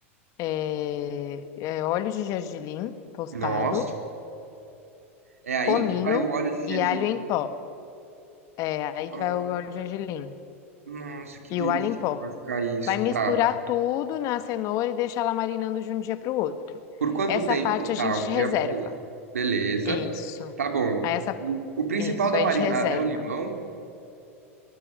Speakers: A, on the left; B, on the right.
A: é, é, óleo de gergelim tostado,
B: Nossa. É aí
A: cominho
B: que vai o óleo de gergelim.
A: e alho em pó. É aí
B: Ah,
A: que vai o óleo de gergelim.
B: Nossa, que
A: E
B: delícia
A: o alho em pó.
B: que vai ficar isso.
A: Vai misturar
B: Tá.
A: tudo na cenoura e deixar ela marinando de um dia para o outro.
B: Por quanto
A: Essa
B: tempo?
A: parte a
B: Tá,
A: gente
B: um dia
A: reserva.
B: pro outro. Beleza.
A: Isso.
B: Tá bom.
A: Aí essa,
B: O, o principal
A: isso,
B: da
A: a
B: marinada
A: gente reserva.
B: é o limão?